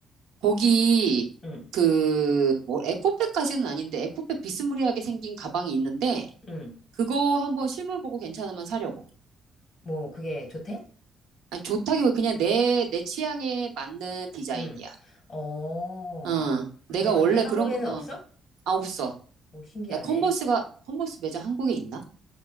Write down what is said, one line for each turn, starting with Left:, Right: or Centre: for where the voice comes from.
Right: 거기,
Left: 음,
Right: 그, 뭐, 에코백까지는 아닌데, 에코백 비스무리하게 생긴 가방이 있는데,
Left: 음,
Right: 그거 한번 실물 보고 괜찮으면 사려고.
Left: 뭐, 그게 좋대?
Right: 아니, 좋다기보다 그냥 내, 내 취향에 맞는 디자인이야.
Left: 음, 어,
Right: 어,
Left: 근데
Right: 내가
Left: 그게
Right: 원래
Left: 한국에는
Right: 그런 거, 어,
Left: 없어?
Right: 아, 없어.
Left: 오, 신기하네.
Right: 야, 컨버스가, 컨버스 매장 한국에 있나?